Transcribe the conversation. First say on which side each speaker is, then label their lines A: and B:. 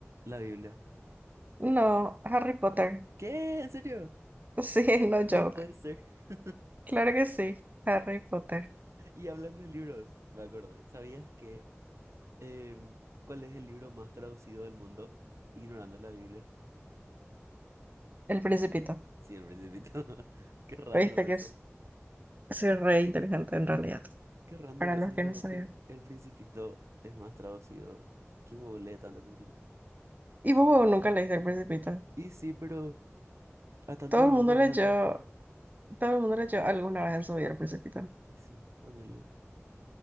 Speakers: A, on the right; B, on the right.
A: La Biblia.
B: No, Harry Potter.
A: ¿Qué? ¿En serio?
B: <laughs> Sí, no joke.
A: No puede ser. <laughs>
B: Claro que sí, Harry Potter.
A: Y hablando de libros, me acordé. ¿Sabías que em, cuál es el libro más traducido del mundo? Ignorando la Biblia.
B: El Principito.
A: Sí, el Principito. <laughs> Qué random
B: ¿Viste que
A: eso.
B: es? Soy re inteligente en realidad,
A: Qué random
B: para
A: eso,
B: los que
A: como
B: no sabían.
A: que el Principito es más traducido. ¿Quién googlea tanto el Principito?
B: Y vos nunca leíste El Principito.
A: Y sí, pero a tantos
B: Todo
A: idiomas
B: el mundo leyó,
A: vas a traducir.
B: todo el mundo leyó alguna vez en su vida El Principito.
A: Y sí, ponele.